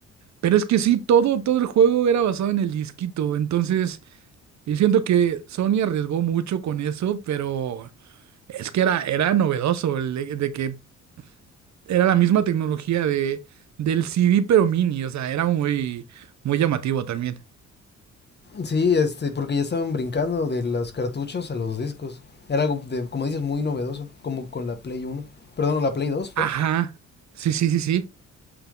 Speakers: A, on the right; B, on the left.
A: Pero es que sí, todo, todo el juego era basado en el disquito, entonces yo siento que Sony arriesgó mucho con eso, pero es que era, era novedoso el de de que era la misma tecnología de, del CD, pero mini, o sea, era muy, muy llamativo también.
B: Sí, este, porque ya estaban brincando de los cartuchos a los discos. Era algo, de, como dices, muy novedoso, como con la Play Uno. Perdón, ¿o la Play Dos fue.
A: Ajá, sí, sí, sí, sí,